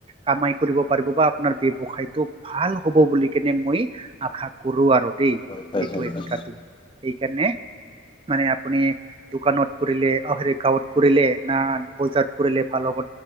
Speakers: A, on the right; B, on the left.
A: কমাই কৰিব পাৰিব বা। আপোনাৰ ব্যৱসায়টো ভাল হ'ব বুলি কেনে মই আশা কৰো আৰু দেই এইটো
B: হয় হয় হয় হয়
A: কথা। এইকাৰণে। মানে আপুনি দোকানত কৰিলে হে গাঁৱত কৰিলে না বজাৰত কৰিলে ভাল হ'ব।